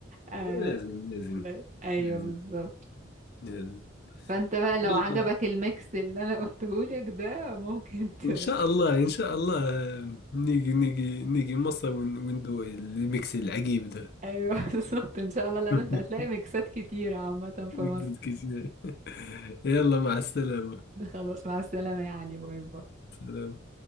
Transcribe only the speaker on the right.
آه...
ب- ايوه
بالظبط
فانت بقى لو
عجبك الميكس اللي انا قلتهولك ده ممكن ت...
ايوه <laughs> بالظبط ان شاء الله لان
انت هتلاقي ميكسات كتير عامة
في مصر
خلاص مع السلامة يعني باي باي